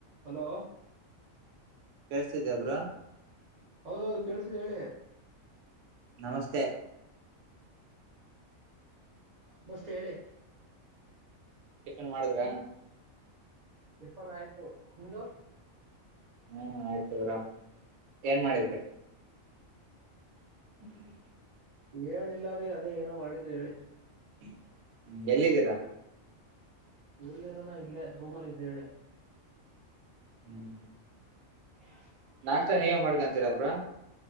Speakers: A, on the right (about 50°); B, on the right (about 70°).
A: ಹಲೋ
B: ಕೇಳ್ಸ್ತಿದ್ಯಾ ಬ್ರೊ.
A: ಹೌದೌದು ಕೇಳಸ್ತಿದೆ ಹೇಳಿ.
B: ನಮಸ್ತೆ.
A: ನಮಸ್ತ್ ಹೇಳಿ.
B: ಟಿಫಿನ್ ಮಾಡಿದ್ರ?
A: ಟಿಫನ್ ಆಯ್ತು ನಿಮ್ದು?
B: ಹ್ಮ್ ಆಯ್ತ ಬ್ರೊ ಏನ್ ಮಾಡಿದ್ರಿ? ಹ್ಮ
A: ಏನ ಇಲ್ಲರೀ ಅದೇ ಏನೋ ಮಾಡಿದ್ದೆ ಹೇಳಿ.
B: ಹ ಎಲ್ಲಿದ್ದೀರಾ?
A: ಎಲ್ಲಿ ಇರನಾ ಇಲ್ಲೇ ರೂಮ್ ಅಲ್ಲಿ ಇದ್ದೆ ಹೇಳಿ.
B: ಹ್ಮ್
A: ಹ
B: ನಾಷ್ಟಾ ನೀವೆ ಮಾಡ್ಕೊಂತೀರಾ ಬ್ರೊ?